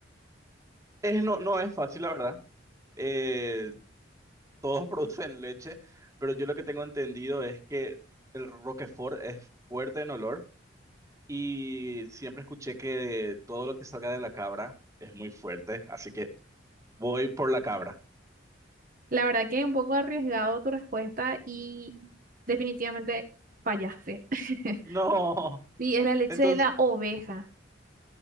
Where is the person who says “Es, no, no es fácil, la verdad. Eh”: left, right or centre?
Right